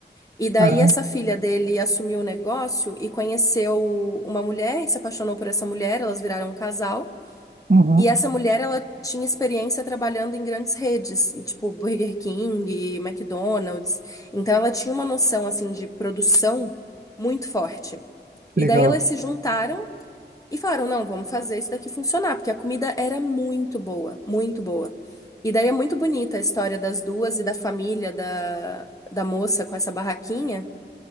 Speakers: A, on the left; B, on the right.
A: E daí
B: Caramba.
A: essa filha dele assumiu o negócio e conheceu uma mulher, se apaixonou por essa mulher, elas viraram um casal.
B: Uhum.
A: E essa mulher, ela tinha experiência trabalhando em grandes redes, tipo Burger King, McDonald's. Então ela tinha uma noção assim de produção muito forte. E
B: Legal.
A: daí elas se juntaram e falaram: "Não, vamos fazer isso daqui funcionar", porque a comida era muito boa, muito boa. E daí é muito bonita a história das duas e da família da, da moça com essa barraquinha,